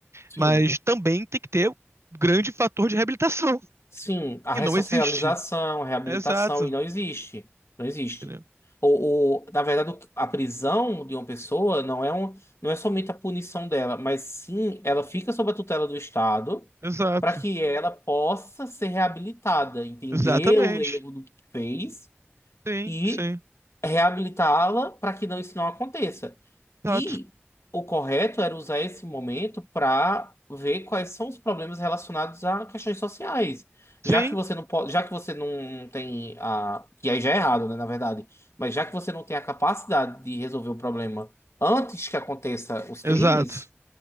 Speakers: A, on the left; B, on the right.
A: sim.
B: Mas também tem que ter um grande fator de reabilitação. <laughs>
A: Sim, a
B: E
A: ressocialização,
B: não existe.
A: a reabilitação,
B: Exato.
A: e não existe. Não existe.
B: entendeu?
A: Ou, ou, na verdade, o- a prisão de uma pessoa não é, um, não é somente a punição dela, mas sim ela fica sob a tutela do Estado
B: Exato.
A: para que ela possa ser reabilitada, entender
B: Exatamente.
A: o erro do que fez
B: Sim,
A: e
B: sim.
A: reabilitá-la para que não, isso não aconteça.
B: Exato.
A: E o correto era usar esse momento para ver quais são os problemas relacionados a questões sociais. Já
B: Sim.
A: que você não pode, já que você não tem a, que aí já é errado, né, na verdade, mas já que você não tem a capacidade de resolver o problema antes que aconteça os crimes,
B: Exato.